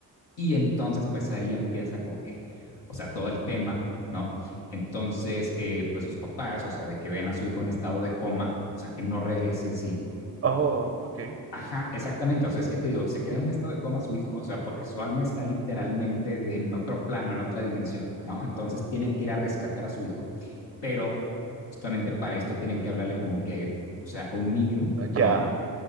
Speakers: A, on the left; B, on the right.
A: Y entonces, pues ahí empieza como que, o sea, todo el tema, ¿no? Entonces, eh, pues sus papás, o sea, de que ven a su hijo en estado de coma, o sea, que no regrese en sí.
B: oh, okay,
A: Ajá, exactamente. O sea, es que te digo, se queda en un estado de coma su hijo, o sea, porque su alma está literalmente en otro plano, en otra dimensión, ¿no? Entonces tienen que ir a rescatar a su hijo, pero justamente para esto tienen que hablarle como que, o sea, a un medium,
B: ya,
A: ¿no?